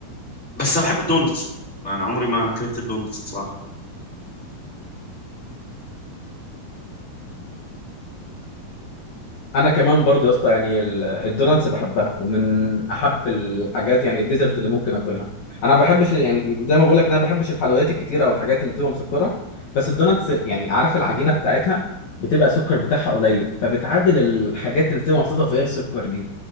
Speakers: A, in the centre; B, on the left.
A: بس انا بحب الدونتس انا عمري ما كرهت الدونتس بصراحه
B: انا كمان برضو يا اسطى يعني ال- الدوناتس بحبها ومن احب الحاجات يعني الديزرت اللي ممكن اكلها انا ما بحبش ال- يعني زي ما بقول لك انا ما بحبش الحلويات الكتيره او الحاجات اللي بتبقى مسكره بس الدوناتس يعني عارف العجينه بتاعتها بتبقى السكر بتاعها قليل فبتعادل الحاجات اللي بتبقى محطوطه فيها السكر دي